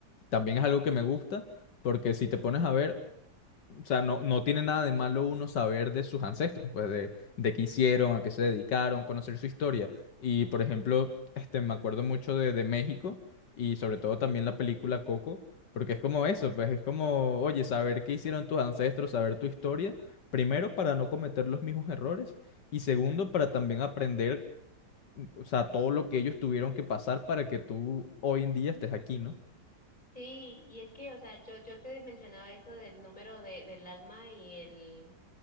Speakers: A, on the left (about 80°); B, on the left (about 25°).
A: también es algo que me gusta, porque si te pones a ver, o sea, no, no tiene nada de malo uno saber de sus ancestros, pues de, de qué hicieron, a qué se dedicaron, conocer su historia. Y por ejemplo, este, me acuerdo mucho de, de México y sobre todo también la película Coco, porque es como eso, pues es como, oye, saber qué hicieron tus ancestros, saber tu historia, primero para no cometer los mismos errores y segundo para también aprender, o sea, todo lo que ellos tuvieron que pasar para que tú hoy en día estés aquí, ¿no?
B: Sí, y es que, o sea, yo, yo te mencionaba eso del número de, del alma y el,